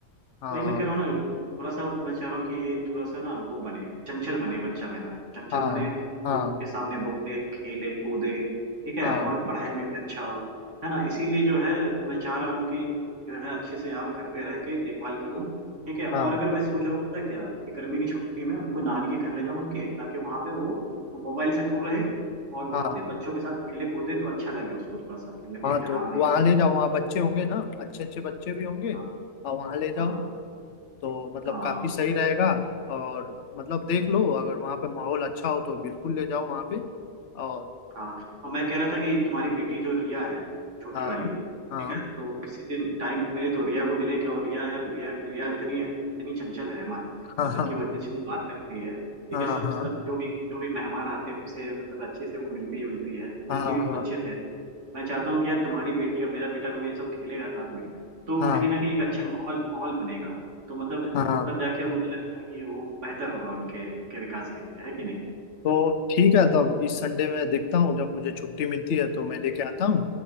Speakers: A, on the left; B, on the right.
A: हाँ
B: वही मैं कह रहा हूँ ना थोड़ा सा मैं चाह रहा हूँ कि ये थोड़ा सा ना वो बने चंचल बने बच्चा मेरा चंचल
A: हाँ
B: बने
A: हाँ
B: लोगों के सामने बोले खेले कूदे ठीक है
A: हाँ
B: और पढ़ाई में भी अच्छा हो है ना इसीलिए जो है मैं चाह रहा हूँ कि जो है अच्छे से यहाँ घर पे रह के देखभाल करूँ ठीक है और
A: हाँ
B: अगर मैं सोच रहा हूँ पता क्या कि गर्मी की छुट्टी में उनको नानी के घर ले जाऊँ उनके ताकि वहाँ पे वो मोबाइल से दूर रहे और वहाँ
A: हाँ
B: पे बच्चों के साथ खेले कूदे तो अच्छा लगे उसको थोड़ा सा कि लगे
A: हाँ
B: कि
A: तो
B: हाँ भाई
A: वहाँ ले जाओ वहाँ बच्चे होंगे ना अच्छे अच्छे बच्चे भी होंगे
B: हाँ
A: और वहाँ ले जाओ
B: हाँ
A: तो मतलब
B: हाँ
A: काफी सही रहेगा और मतलब देख लो अगर वहाँ पे माहौल अच्छा हो तो बिल्कुल ले जाओ वहाँ पे और
B: हाँ और मैं कह रहा था कि तुम्हारी बेटी जो रिया है छोटी
A: हाँ
B: वाली
A: हाँ
B: ठीक है तो किसी दिन टाइम मिले तो रिया को भी लेके आओ रिया यार रिया रिया इतनी इतनी चंचल है मत,
A: हाँ
B: मतलब
A: हाँ
B: कि वो इतने अच्छे से बात करती है ठीक
A: हाँ
B: है सब
A: हाँ हाँ
B: सब जो भी जो भी मेहमान आते हैं उनसे मतलब अच्छे से वो मिलती जुलती है बोलती
A: हाँ
B: भी बहुत अच्छे से है मैं चाहता हूँ कि यार तुम्हारी बेटी और मेरा बेटा लोग ये सब खेलेगा साथ में तो
A: हाँ
B: कहीं ना कहीं एक अच्छा माहौल माहौल बनेगा तो मतलब
A: हाँ, हाँ।
B: तब जाके मुझे लगता है कि वो बेहतर होगा उनके उनके विकास के लिए है कि नहीं
A: तो ठीक है तब इस संडे में देखता हूँ जब मुझे छुट्टी मिलती है तो मैं लेके आता हूँ